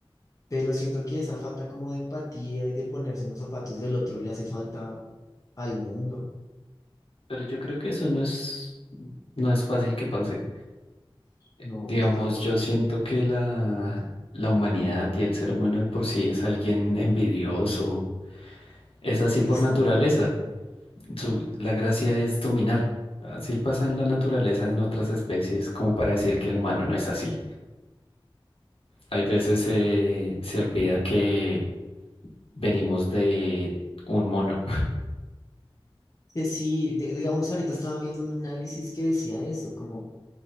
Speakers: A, on the left; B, on the left.
A: Pero siento que esa falta como de empatía y de ponerse en los zapatos del otro le hace falta al mundo.
B: Pero yo creo que eso no es, no es fácil que pase.
A: No,
B: Digamos,
A: yo tampoco.
B: yo siento que la, la humanidad y el ser humano de por sí es alguien envidioso. Es
A: Egoísta.
B: así por naturaleza. Su- la gracia es dominar. Así pasa en la naturaleza en otras especies, como para decir que el humano no es así. Hay veces eh, se olvida que venimos de un mono. <laughs>
A: Que sí, de- digamos, ahorita estaba viendo un análisis que decía eso, como